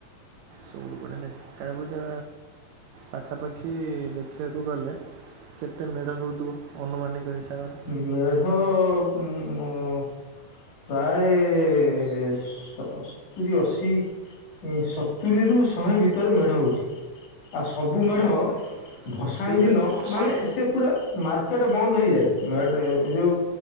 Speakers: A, on the right (about 75°); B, on the left (about 85°).
A: ସବୁଠୁ ବଢିଆ ଲାଗେ କାଳି ପୂଜା ପାଖାପାଖି ଦେଖିବାକୁ ଗଲେ କେତେ ମେ଼ଢ ହୋଉଥିବ ଅନୁମାନିକ ହିସାବରେ।
B: ମେଢ ଉଁ -ମ ପ୍ରାୟ ଏ-ଏ-ଏ- ସତୁରିୀ ଅଶୀ। ଏ ସତୁରୀରୁ ଶହେ ଭିତରେ ମେଢ଼ ହଉଛି। ଆଉ ସବୁ ମେଢ
A: ବାବାରେ
B: ଭସାଣି
A: ଏତେ ଗୁଡ଼ାଏ?
B: ଦିନ ମାନେ
A: ଆଜ୍ଞା
B: ସେ ପୁରା ମାର୍କେଟ ବନ୍ଦ ହେଇଯାଏ। ମେ ଏ ଯଉ